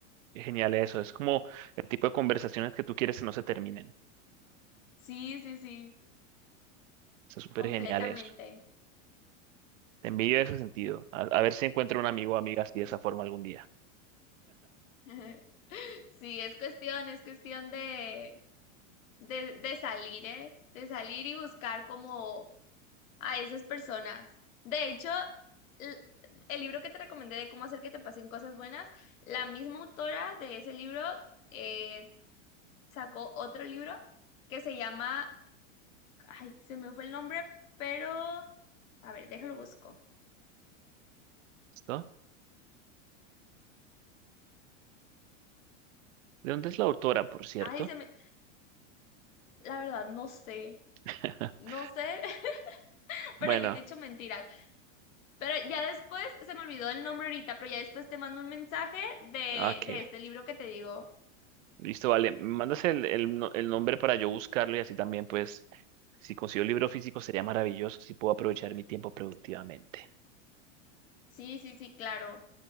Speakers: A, on the right; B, on the left.
A: Genial eso. Es como el tipo de conversaciones que tú quieres que no se terminen.
B: Sí, sí, sí,
A: Está súper
B: completamente.
A: genial eso. Te envidio en ese sentido. A, a ver si encuentro un amigo o amiga así de esa forma algún día.
B: <laughs> Sí, es cuestión, es cuestión de de, de salir, ¿eh? De salir y buscar como a esas personas. De hecho, l- el, libro que te recomendé de cómo hacer que te pasen cosas buenas, la misma autora de ese libro eh, sacó otro libro que se llama, ay, se me fue el nombre, pero, a ver, déjalo busco.
A: ¿Listo? ¿De dónde es la autora, por cierto?
B: Ay, se me, la verdad, no sé.
A: <laughs>
B: No sé <laughs>
A: Bueno,
B: para qué te he hecho mentiras, pero ya después se me olvidó el nombre ahorita, pero ya después te mando un mensaje de,
A: ok.
B: de este libro que te digo.
A: Listo, vale. ¿Me mandas el, el, no- el nombre para yo buscarlo y así también, pues, si consigo el libro físico sería maravilloso si puedo aprovechar mi tiempo productivamente.
B: Sí, sí, sí, claro.